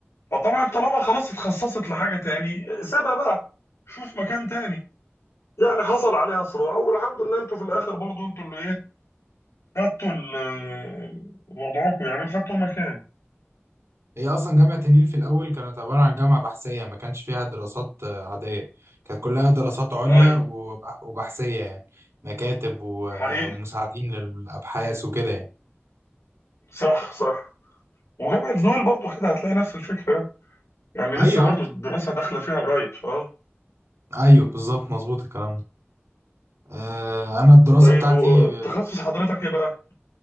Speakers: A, on the left; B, on the right.
A: فطبعا طالما خلاص اتخصصت لحاجة تاني سيبها بقى شوف مكان تاني يعني حصل عليها صراع والحمد لله انتوا في الاخر برضو انتوا اللي ايه خدتوا ال- وضعكم يعني خدتوا المكان
B: هي اصلا جامعه النيل في الاول كانت عباره عن جامعه بحثيه ما كانش فيها دراسات آه، عاديه كانت كلها دراسات عليا
A: ايوه
B: وبح- وبحثيه يعني مكاتب و- آه،
A: حقيقي
B: ومساعدين للابحاث وكده يعني
A: صح صح وجامعة نويل برضو كده هتلاقي نفس الفكرة يعني
B: ايوه
A: لسه برضو الدراسة داخلة فيها قريب اه
B: ايوه بالظبط مظبوط الكلام ده آه، انا الدراسه
A: طيب
B: بتاعتي
A: و- تخصص
B: آه،
A: حضرتك ايه بقى؟